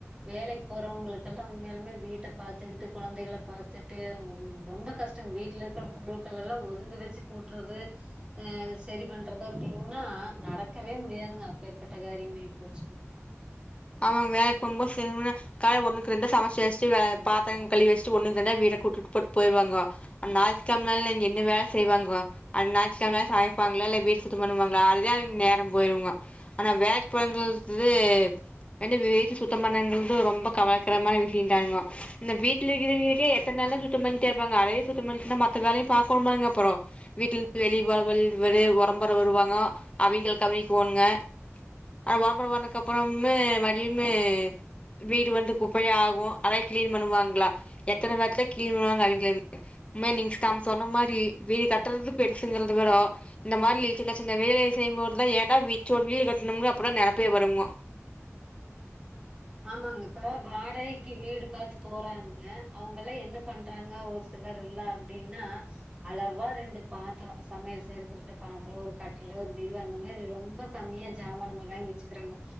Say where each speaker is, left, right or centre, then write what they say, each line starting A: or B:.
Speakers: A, on the right; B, on the left.
A: வேலைக் போறவங்களுக்கெல்லா உண்மையாலுமே வீ பாத்துக்கிட்டு குழந்தைகள பாத்துட்டு ரொம்ப கஷ்டோ வீட்ல இருக்கிற பொருள்கள் எல்லா ஒதுங்க வெச்சு கூட்றது ஆ செரி பண்றது அப்டின்னா நடக்கவே முடியாதுங்க அப்பேற்பட்ட காரியம் ஆயி போச்சுங்க
B: ஆமாங்க வேலைக்கு போம்போது சிலவ்க கால்ல ஒண்ணுக்கு ரெண்டா சமச்சு வச்சட்டு வே பாத்தர கழுவி வச்சுட்டு ஒன்னுக்கு ரெண்டா வீட்ட கூட்டிட்டு போட்டு போயிருவாங்கோ அந் ஞாயித்துக்கெழமல்ல இங்க என்ன வேல செய்வாங்கோ அன் ஞாய் செம்மையா சமைப்பாங்கலா இல்ல வீடு சுத்தோ பண்ணுவாங்களா அதுலே அவுங்க நேரோ போயிடுங்க ஆனா வேக் போறங்களுத்து என்ட வீடு சுத்த பண்ணங்கிறது ரொம்ப கவலைக்கிடமான விஷயந்தானுங்கோ இந்த வீட்ல இருக்கவிங்களுக்கே எத்தன நேரம்தா சுத்தோ பண்ணிட்டே இருப்பாங்க அதையே சுத்தோ பண்ணிட்டே இருந்தா மத்த வேலையு பாக்கனுமாங்க அப்புறோ வீட்ல விட்டு வெளிய போறமாரி ஒரே ஒரம்பற வருவாங்க அவிங்கள கவனிக்கோணுங்க ஆ ஒரம்பற வந்தக்கு அப்புறமே மதியம்மே வீடு வந்து குப்பையா ஆகு அத க்ளீன் பண்ணுவாங்ளா எத்தனவாட்தா க்ளீன் பண்ணுவாங்க அவிங்களு உண்மையா நீங்க தம் சொன்ன மாரி வீடு கட்டுறது பெருச்சுங்கிறது விடோ இந்த மாரி சின்ன சின்ன வேலை செய்யம்போதுதா ஏன்டா வீட்டோ வீடு கட்டணுன்ற அப்பறோ நெனப்பே வருங்கோ
A: ஆமாங்க இப்ப வாடகைக்கி வீடு பாத்து போறாங்க அவங்கல்லா என்ன பண்றாங்க ஒரு ஸ் சிலரில்லா அப்டின்னா அளவா ரெண்டு பாத்திரோ சமையல் செய்யுறக்கு ரெண்டு பாத்திரோ ஒரு கட்லு ஒரு பீரோ அந்த மாரி ரொம்ப கம்மியா சாமானங்கள் வாங்கி வச்சுக்கிறாங்க